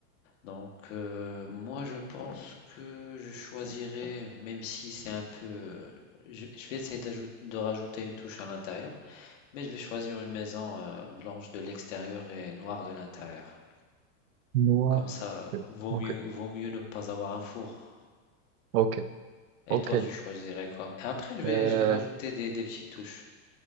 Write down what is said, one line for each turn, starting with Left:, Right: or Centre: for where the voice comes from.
Left: Donc, euh, moi, je pense que je choisirais, même si c'est un peu... euh, Je, je vais essayer d'ajout- de rajouter une touche à l'intérieur, mais je vais choisir une maison, euh, blanche de l'extérieur et noire de l'intérieur.
Right: noir.
Left: Comme ça, vaut
Right: Ok,
Left: mieux, vaut mieux ne pas avoir un four.
Right: ok,
Left: Et
Right: ok.
Left: toi, tu choisirais quoi? Et après, je vais,
Right: Euh,
Left: je vais rajouter des, des petites touches.